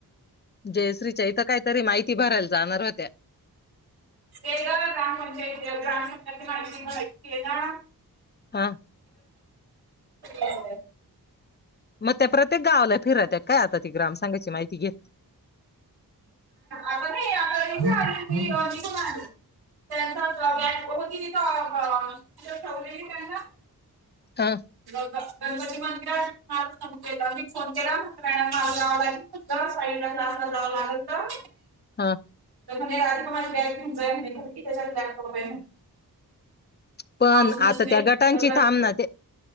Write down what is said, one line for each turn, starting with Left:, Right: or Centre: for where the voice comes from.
Left: जयश्रीच्या इथं कायतरी माहिती भरायला जाणार होत्या
Right: ते ग ग्रामपंचायती ग्रामपंचायती माझी माहिती आहे ना
Left: हा
Right: ह
Left: मग त्या प्रत्येक गावाला फिरात्या काय आता ती ग्रामसांघाची माहिती घेत
Right: आता नाही <unintelligible> त्यांचा गॅ होतीथ ठेवलेली त्यांना
Left: हा
Right: गणपती मंदिरात फोन केला मी फोन केला <unintelligible> तर साइडला तासला जावं लागेल तर
Left: हा
Right: तर म्हणे राधिका माझी बॅग घेऊन जाय म्हणे त्याच्यात लॅपटॉप आहे
Left: पण
Right: पाऊस नसणे
Left: आता त्या गटांची
Right: तर लटकून
Left: थांब ना ते